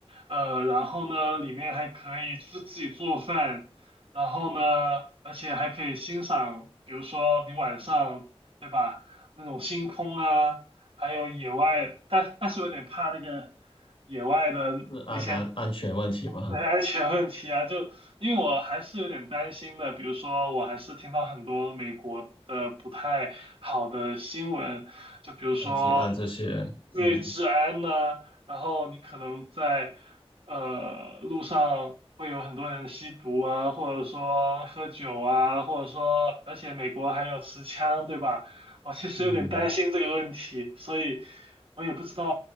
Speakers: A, on the right; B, on the left.
A: 呃，然后呢，里面还可以自自己做饭，然后呢，而且还可以欣赏，比如说你晚上，对吧，那种星空啊，还有野外，但但是我有点怕那个野外的那些
B: 是安安安全问题吗？
A: 对安全问题啊，就因为我还是有点担心的，比如说我还是听到很多美国的不太好的新闻，就比如说
B: 像提案这些，
A: 对治安呐、
B: 嗯
A: 然后你可能在呃路上会有很多人吸毒啊，或者说喝酒啊，或者说而且美国还有持枪，对吧？我其实有点担心这个问题，
B: 嗯，
A: 所以我也不知道